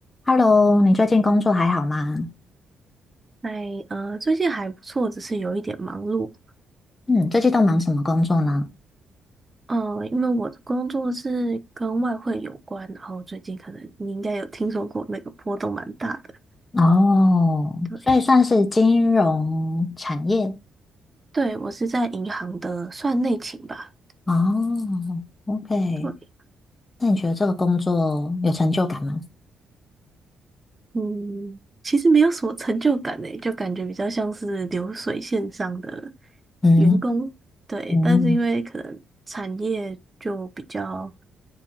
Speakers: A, on the left; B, on the right.
A: Hello，你最近工作还好吗？
B: 哎，呃，最近还不错，只是有一点忙碌。
A: 嗯，最近都忙什么工作呢？
B: 嗯、因为我的工作是跟外汇有关，然后最近可能你应该有听说过那个波动蛮大的。
A: 哦，
B: 对，
A: 所以算是金融产业。
B: 对，我是在银行的算内勤吧。
A: 哦，OK，
B: 对，
A: 那你觉得这个工作有成就感吗？
B: 嗯，其实没有什么成就感诶，就感觉比较像是流水线上的
A: 嗯
B: 员工。对，
A: 嗯
B: 但是因为可能产业就比较